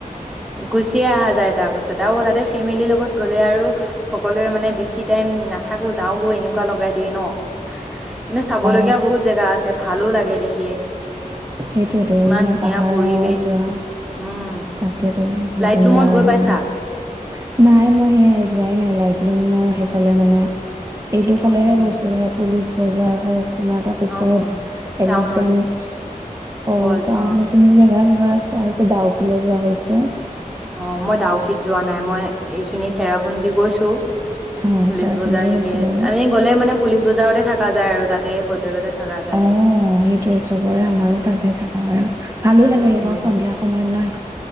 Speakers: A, in the centre; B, on the right.
A: গুচিয়ে অহাঁ যায় তাৰ পাছত তও তাতে ফেমিলিৰ লগত গ'লে আৰু সকলোৱে মানে বেছি টাইম নাথাকো যাওগৈ এনেকুৱা লগাই দিয়ে ন কিন্তু চাবলগীয়া
B: অ
A: বহুত জেগা আছে ভালো লাগে দেখিয়ে
B: সেইটোয়ো
A: ইমান
B: মানে
A: ধুনীয়া
B: পাহাৰৰ
A: পৰিৱেশ
B: পৰা
A: উম
B: তাকেতো বহুত
A: লাইট
B: ধুনীয়া
A: লুমত
B: আৰু
A: গৈ পাইছা
B: একদম নাই মই সেয়াই যোৱাই নলাগ লাইট ফুমৰ সেইফালে মানে এইটো ফালেহে
A: উম উম
B: গৈছো ধৰা পুলিচ বজাৰ হওক তোমাৰ তাৰপিছত
A: অ অ
B: এলিফেণ্ট
A: টাউনত ফল
B: ও চাও
A: অ
B: সেইখিনি যে এয়া ধৰা চোৱা হৈছে ডাউকিলে যোৱা হৈছে
A: অঁ মই ডাউকিত যোৱা নাই মই এইখিনি চেৰাপুঞ্জি গৈছো
B: অ
A: পুলিচ
B: চেৰাপুঞ্জীও
A: বজাৰ এনেকে
B: গৈছো বাৰু।
A: আমি গ'লে মানে পুলিচ বজাৰতে থাক পকা যায় আৰু তাতে হোটেলতে থকা যায়
B: অঁ
A: আমি
B: সেইটোৱে চবৰে আমাৰো তাতহে থকা হয় আৰু ভালো লাগে
A: উম উম
B: সক সন্ধিয়া সময়ত নহয়